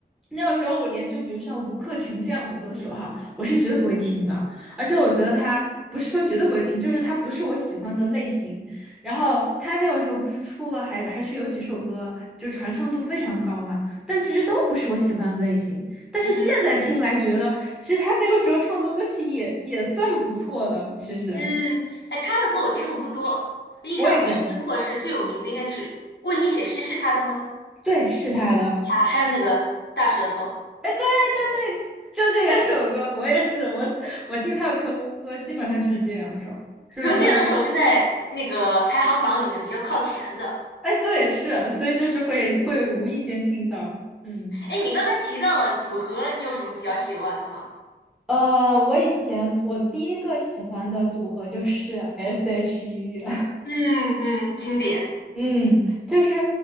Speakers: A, in the centre; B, on the left.
A: 那个时候我连就比如像吴克群这样的歌手哈，我是绝对不会听的，而且我觉得他不是说绝对不会听，就是他不是我喜欢的类型。然后他那个时候不是出了还还是有几首歌就传唱度非常高嘛，但其实都不是我喜欢的类型。但是现在听来觉得，
B: 嗯哼，
A: 其实他那个时候创作的歌曲也也算不错的。其实
B: 嗯，哎，他的歌我听的不多，印象最深刻是最有名的应该就是《为你写诗》是他的吗？
A: 我也是，对，是他的。
B: 他还有那个大舌头，
A: 哎。<laughs> 对，就这两首歌，我也是，我我听他的歌歌基本上就是这两首，就基本上，
B: 可能这两首是在那个排行榜里面比较靠前的。
A: 哎，对，是，所以就是会会无意间听到，嗯，
B: 哎，你刚才提到了组合，你有什么比较喜欢的吗？
A: 呃，我以前我第一个喜欢的组合就是 S.H.E，
B: 嗯嗯，经典。
A: 嗯，就是